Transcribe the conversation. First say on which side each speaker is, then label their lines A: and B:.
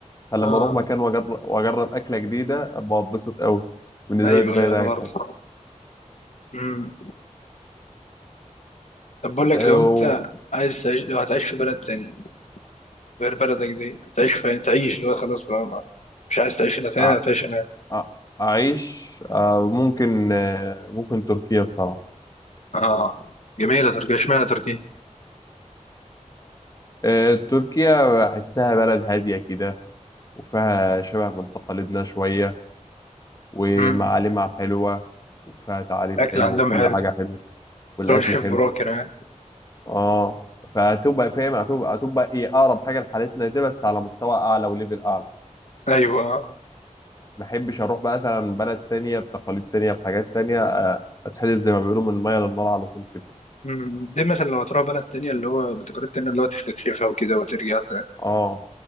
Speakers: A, on the left; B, on the left.
A: فلما
B: اه
A: اروح مكان واجرب واجرب اكلة جديده ابقى اتبسط قوي بالنسبة
B: ايوه
A: لي دي فايدة
B: ايوه انا برضه
A: حاجة
B: امم طب بقول لك
A: أو
B: لو انت عايز تعيش لو هتعيش في بلد تاني غير بلدك دي تعيش فين تعيش اللي هو خلاص بقى مش عايز تعيش هنا تاني
A: أ-
B: هتعيش هناك
A: أ- اعيش آه، ممكن آه، ممكن تركيا بصراحة
B: اه جميلة تركيا اشمعنى تركيا
A: آه، تركيا بحسها بلد هادية كده وفيها شبه من تقاليدنا شوية ومعالمها
B: مم.
A: حلوة وفيها تعاليم
B: أكل
A: حلوة
B: عندهم
A: وكل
B: حلو
A: حاجة حلوة والأكل
B: تروح الشيف
A: حلو
B: براك هناك
A: اه فهتبقى فاهم هتبقى هتبقى ايه أقرب حاجة لحالتنا دي بس على مستوى أعلى وليفل أعلى
B: أيوة
A: ما أحبش أروح بقى مثلا بلد تانية بتقاليد تانية بحاجات تانية آه، أتحدد زي ما بيقولوا من المية للنار على طول كده
B: مم. دي مثلا لو هتروح بلد تانية اللي هو بتقاليد تانية اللي هو تستكشفها وكده وترجع تاني
A: اه